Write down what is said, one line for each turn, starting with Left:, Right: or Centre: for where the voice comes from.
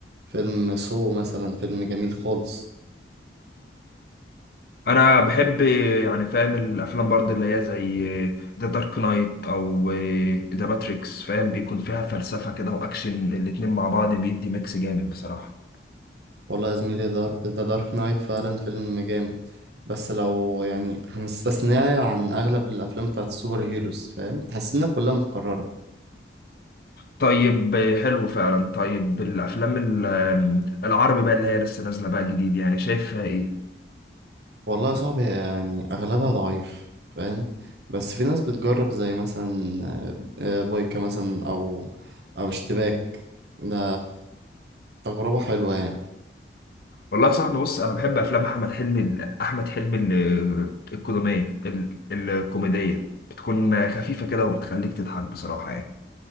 Right: فيلم سو مثلا فيلم جميل خالص
Left: انا بحب يعني فاهم الافلام برضه اللي هي زي ذا دارك نايت او ذا ماتريكس فاهم بيكون فيها فلسفة كده واكشن الاتنين مع بعض بيدي ميكس جامد بصراحة
Right: والله يا زميلي ذا دارك نايت فعلا فيلم جامد بس لو يعني هنستثناه عن اغلب الافلام بتاعت السوبر هيروز فاهم تحس انها كلها متكرره
Left: طيب حلو فعلا طيب الافلام ال- العربي بقى اللي هي لسه نازلة بقى جديد يعني شايفها ايه
Right: والله يا صاحبي يعني اغلبها ضعيف فاهم بس في ناس بتجرب زي مثلا آه، آه، بويكا مثلا او او اشتباك ده تجربة حلوة يعني
Left: والله يا صاحبي بص انا بحب افلام احمد حلمي ال- احمد حلمي ال- الكوميدية ال- الكوميدية بتكون خفيفة كده وبتخليك تضحك بصراحة يعني